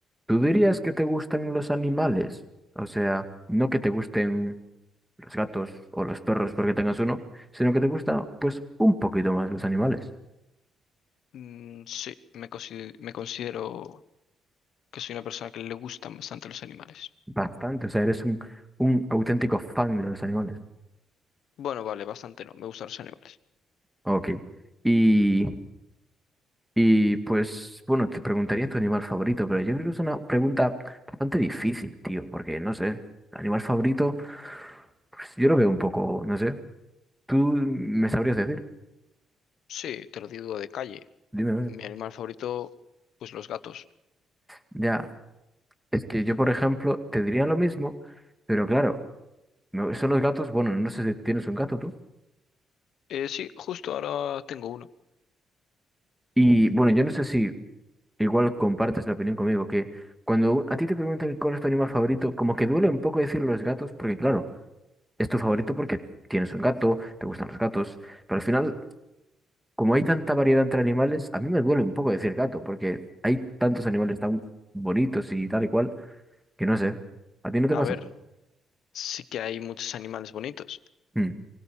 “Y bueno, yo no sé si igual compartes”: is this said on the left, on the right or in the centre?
Centre